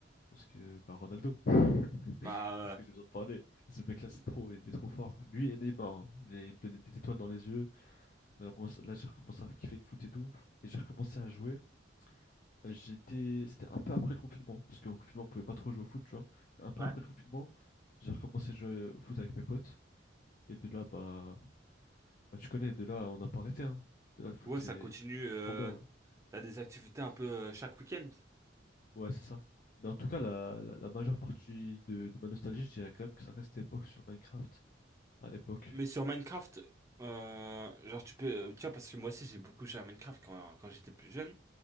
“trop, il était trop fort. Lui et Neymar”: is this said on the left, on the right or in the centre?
Left